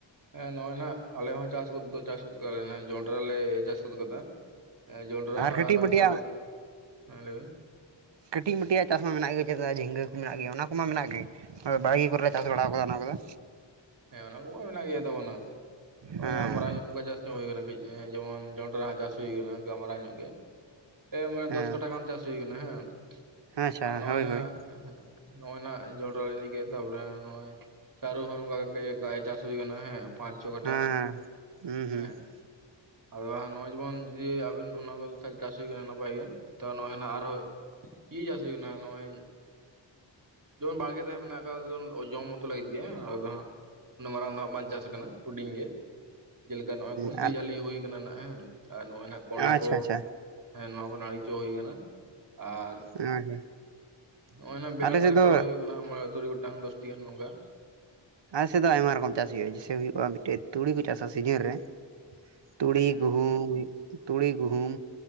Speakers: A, on the right; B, on the right.
A: ᱦᱮᱸ ᱱᱚᱜᱼᱚᱭ ᱱᱟᱜ ᱟᱞᱮ ᱦᱚᱸ ᱪᱟᱥ ᱫᱚ ᱪᱟᱥ ᱜᱚᱫ ᱠᱟᱜᱟᱞᱮ ᱡᱚᱸᱰᱨᱟ ᱞᱮ ᱪᱟᱥ ᱜᱚᱫ ᱠᱟᱫᱟ ᱡᱚᱸᱰᱨᱟ ᱱᱟᱦᱟᱜ
B: ᱠᱟᱹᱴᱤᱡ
A: ᱟᱨ
B: ᱢᱟᱹᱴᱤᱡᱟᱜ
A: ᱥᱟᱹᱨᱩ ᱦᱮᱸ ᱞᱟᱹᱭ ᱵᱮᱱ
B: ᱠᱟᱹᱴᱤᱡ ᱢᱟᱹᱴᱤᱡᱟᱜ ᱪᱟᱥ ᱢᱟ ᱢᱮᱱᱟᱜ ᱜᱮᱭᱟ ᱪᱮᱫᱟᱜ ᱡᱷᱤᱸᱜᱟᱹ ᱠᱚ ᱢᱮᱱᱟᱜ ᱜᱮᱭᱟ ᱚᱱᱟ ᱠᱚ ᱢᱟ ᱢᱮᱱᱟᱜ ᱜᱮ ᱵᱟᱲᱜᱮ ᱠᱚᱨᱮᱞᱮ ᱪᱟᱥ ᱵᱟᱲᱟ ᱠᱟᱫᱟ ᱚᱱᱟ ᱠᱚᱫᱚ
A: ᱦᱮᱸ ᱚᱱᱟ ᱠᱚᱢᱟ ᱢᱮᱱᱟᱜ ᱜᱮᱭᱟ ᱛᱟᱵᱚᱱᱟ ᱱᱚᱜᱚᱭ
B: ᱦᱮᱸ
A: ᱡᱟᱦᱟᱸ ᱢᱟᱨᱟᱝ ᱧᱚᱜ ᱠᱟᱡ ᱪᱚᱜ ᱦᱩᱭ ᱟᱠᱟᱱᱟ ᱠᱟᱹᱡ ᱡᱮᱢᱚᱱ ᱡᱚᱱᱰᱨᱟ ᱦᱟᱸᱜ ᱪᱟᱥ ᱦᱩᱭ ᱟᱠᱟᱱᱟ ᱜᱟᱞᱢᱟᱨᱟᱣ ᱧᱚᱜ ᱢᱟᱱᱮ
B: ᱦᱮᱸ
A: ᱫᱚᱥ ᱠᱟᱴᱷᱟ ᱜᱟᱱ ᱪᱟᱥ ᱦᱩᱭ ᱟᱠᱟᱱᱟ ᱦᱮᱸ
B: ᱟᱪᱪᱷᱟ
A: ᱟᱨ ᱱᱚᱜᱼᱚᱭ
B: ᱦᱳᱭ
A: ᱱᱟᱦᱟᱜ
B: ᱦᱳᱭ
A: ᱦᱮᱸ ᱱᱚᱜᱚᱭ ᱡᱚᱱᱴᱨᱟ ᱵᱮᱱ ᱞᱟᱹᱭ ᱠᱮᱫ ᱛᱟᱯᱚᱨᱮ ᱱᱚᱜᱼᱚᱭ ᱥᱟᱨᱩ ᱦᱚᱸ ᱱᱚᱝᱠᱟ ᱜᱮ ᱪᱟᱥ ᱦᱩᱭ ᱠᱟᱱᱟ ᱦᱮᱸ ᱯᱟᱸᱪ ᱪᱚ ᱠᱟᱴᱟ
B: ᱦᱮᱸ ᱦᱩᱸ
A: ᱦᱮᱸ
B: ᱦᱩᱸ
A: ᱟᱫᱚ ᱱᱚᱜᱼᱚᱭ ᱡᱮᱢᱚᱱ ᱡᱩᱫᱤ ᱟᱵᱤᱱ ᱚᱱᱟ ᱠᱚ ᱪᱟᱥ ᱦᱩᱭ ᱟᱠᱟᱱᱟ ᱱᱟᱯᱟᱭ ᱜᱮ ᱛᱚ ᱱᱚᱜᱼᱚᱭ ᱱᱟᱦᱟᱜ ᱟᱨᱦᱚᱸ ᱤᱭᱩ ᱪᱟᱥ ᱦᱩᱭᱩᱜ ᱠᱟᱱᱟ ᱱᱚᱜᱼᱚᱭ ᱡᱮᱢᱚᱱ ᱵᱟᱲᱜᱮ ᱨᱮ ᱢᱮᱱᱟᱜ ᱟᱠᱟᱫᱟ ᱡᱮᱢᱚᱱ ᱡᱚᱢ ᱢᱚᱛᱚ ᱞᱟᱹᱜᱤᱫ ᱜᱮ ᱟᱫᱚ ᱦᱟᱸᱜ ᱚᱱᱟ ᱢᱟᱨᱟᱝ ᱫᱚ ᱦᱟᱸᱜ ᱵᱟᱝ ᱪᱟᱥ ᱟᱠᱟᱱᱟ ᱦᱩᱰᱤᱧ ᱜᱮ ᱡᱮᱞᱮᱠᱟ ᱱᱚᱜᱼᱚᱭ ᱠᱩᱸᱫᱽᱨᱤ
B: ᱦᱩᱸ
A: ᱡᱷᱟᱹᱞᱤ ᱦᱩᱭ ᱟᱠᱟᱱᱟ ᱦᱮᱸ ᱟᱨ ᱱᱚᱜᱚᱭ ᱱᱟᱱᱟᱜ ᱠᱚᱸᱰᱟ
B: ᱟᱪᱪᱷᱟ
A: ᱠᱚ
B: ᱟᱪᱪᱷᱟ
A: ᱦᱮᱸ ᱱᱚᱣᱟ ᱠᱚ ᱱᱟᱲᱤ ᱪᱚ ᱦᱩᱭ ᱟᱠᱟᱱᱟ ᱟᱨ
B: ᱦᱮᱸ ᱦᱮᱸ
A: ᱦᱚᱸᱜᱼᱚᱭ ᱱᱟ ᱵᱮᱜᱟᱨ
B: ᱟᱞᱮ
A: ᱫᱟᱨᱮ
B: ᱥᱮᱫ
A: ᱠᱚ
B: ᱫᱚ
A: ᱨᱚᱦᱚᱭ ᱦᱩᱭᱩᱜ ᱠᱟᱱᱟ ᱢᱚᱬᱮ ᱛᱩᱨᱩᱭ ᱜᱚᱴᱟᱝ ᱫᱚᱥᱴᱤ ᱜᱟᱱ ᱱᱚᱝᱠᱟ
B: ᱟᱨ ᱥᱮᱫ ᱫᱚ ᱟᱭᱢᱟ ᱨᱚᱠᱚᱢ ᱪᱟᱥ ᱦᱩᱭᱩᱜᱼᱟ ᱡᱮᱭᱮ ᱦᱩᱭᱩᱜᱼᱟ ᱢᱤᱫᱴᱮᱡ ᱛᱩᱲᱤ ᱠᱚ ᱪᱟᱥᱟ ᱥᱤᱡᱤᱱ ᱨᱮ
A: ᱻ <unintelligible>
B: ᱛᱩᱲᱤ ᱜᱩᱦᱩᱢ ᱛᱩᱲᱤ ᱜᱩᱦᱩᱢ